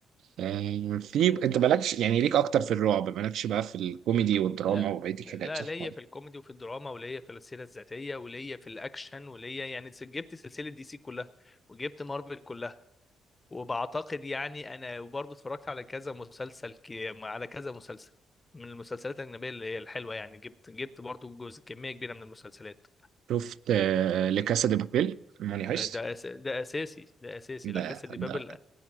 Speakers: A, on the right; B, on the left.
A: آه في انت مالكش يعني ليك اكتر في الرعب مالكش بقى في الكوميدي والدراما
B: لا
A: وبقية الحاجات
B: لا
A: صح
B: ليا في الكوميدي وفي الدراما وليا في السيره الذاتيه وليا في الاكشن وليا يعني جبت سلسله دي سي كلها وجبت مارفل كلها وبعتقد يعني انا وبرضه اتفرجت على كذا مسلسل كي... على كذا مسلسل من المسلسلات الاجنبيه اللي هي الحلوه يعني جبت جبت برضه جزء كميه كبيره من المسلسلات
A: شفت آه لكاسا دي بابيل موني هايست
B: ده أس... ده اساسي ده اساسي لا
A: ده
B: كاسا دي بابل
A: ده